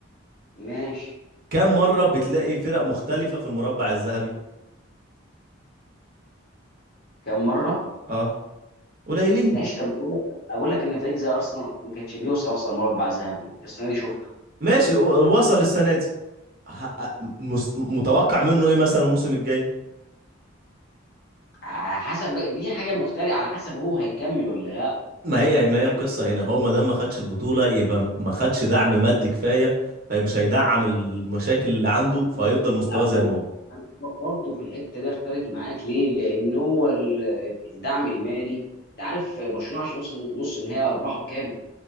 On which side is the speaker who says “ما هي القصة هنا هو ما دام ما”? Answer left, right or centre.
Right